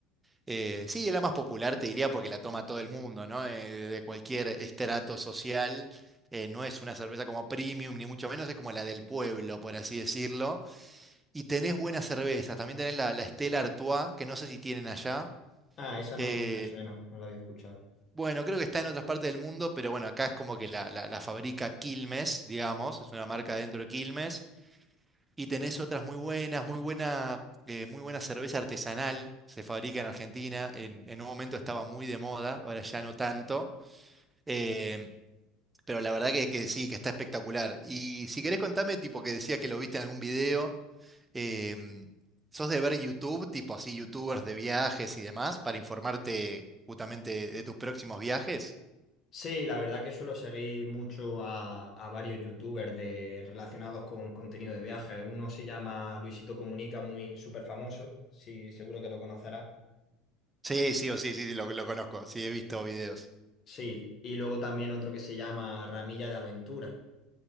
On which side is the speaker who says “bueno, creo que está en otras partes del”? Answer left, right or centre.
Right